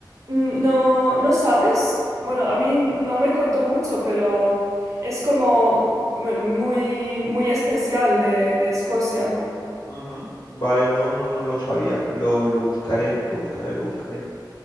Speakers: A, on the right (about 45°); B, on the left (about 70°).
A: Mm, No, ¿no sabes? Bueno, a mí no me contó mucho, pero es como mu- muy, muy especial de de Escocia.
B: Ujú. Vale, no, no, no lo sabía. Lo, lo buscaré, lo buscaré, lo buscaré.